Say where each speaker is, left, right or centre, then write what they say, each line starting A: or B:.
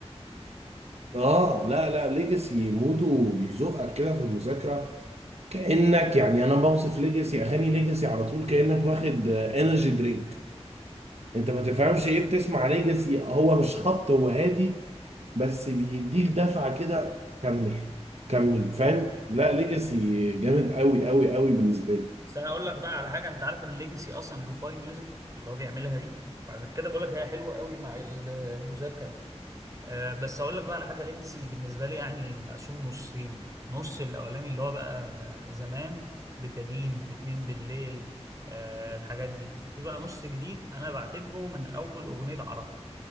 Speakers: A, on the right; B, on the right.
A: اه لا لا ليجاسي موده بيزقك كده في المذاكره كانك يعني انا بوصف ليجاسي اغاني ليجاسي على طول كانك واخد انرجي درينك انت ما تفهمش ايه بتسمع ليجاسي هو مش خبط هو هادي بس بيديك دفعة كده كمل كمل فاهم لا ليجاسي جامد قوي قوي قوي بالنسبة لي
B: بس انا اقول لك بقى على حاجه انت عارف ان ليجاسي اصلا لوفاي ميوزك اللي هو بيعملها دي فعشان كده بقول لك هي حلوه قوي مع المذاكره آه، بس اقول لك بقى على حاجه ليجاسي بالنسبه لي يعني مقسوم نصين نص الاولاني اللي هو بقى زمان بتدين اتنين بالليل آه الحاجات دي وفي بقى نص جديد انا بعتبره من اول اغنيه عرفه